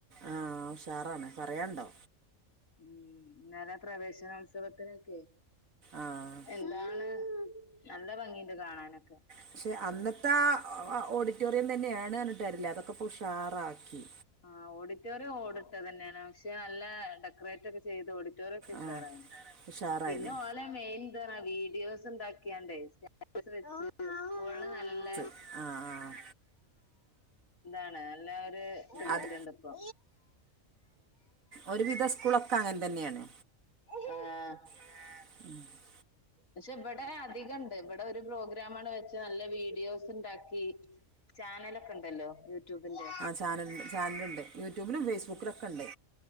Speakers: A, on the right; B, on the left.
A: ആ ഉഷാറാണ് പറയാണ്ടോ
B: ഉം ഇന്നലെ പ്രവേശനോത്സവത്തിനൊക്കെ
A: ആഹ്
B: എന്താണ് നല്ല ഭംഗിണ്ട് കാണാനൊക്കെ
A: പക്ഷെ അന്നത്തെ ആ അഹ് ഓഡിറ്റോറിയം തന്നേണ് അർഞ്ട്ട് കാര്യല്ല അതൊക്കെ പുഷാറാക്കി
B: ആഹ് ഓഡിറ്റോറിയം ഓടിട്ടതന്നെയാണ് പക്ഷെ നല്ല ഡെക്കറേറ്റ് ഒക്കെ ചെയ്ത് ഓഡിറ്റോറിയം ഒക്കെ ഉഷാറായിന്
A: ആ ഉഷാറായിന്
B: പിന്നെ ഓലെ മെയിൻ ത് അർഞ്ഞ വീഡിയോസ് ഉണ്ടാക്കിയാണ്ടെ സ്‌റ്റാറ്റസ് വെച്ച് സ്‌കൂൾന് നല്ല
A: ആഹ് ആഹ്
B: ഇതാണ് നല്ല ഒര് ഇത് കിട്ട്ണ്ട്
A: അത്
B: ഇ പ്പൊ
A: ഒരുവിധ സ്കൂളൊക്കെ അങ്ങൻ തന്നേണ്
B: ആഹ്
A: ആഹ്
B: പക്ഷെ ഇവടെ അധികണ്ട് ഇവടെ ഒരു പ്രോഗ്രാമാണ് വെച്ച് നല്ല വീഡിയോസ് ഇണ്ടാക്കി ചാനലൊക്കെ ഇണ്ടല്ലോ യൂട്യൂബിന്റെ
A: ചാനല ചാനലുണ്ട് യൂട്യൂബിലും ഫേസ്ബുക്കിലുംക്കെ ഉണ്ട്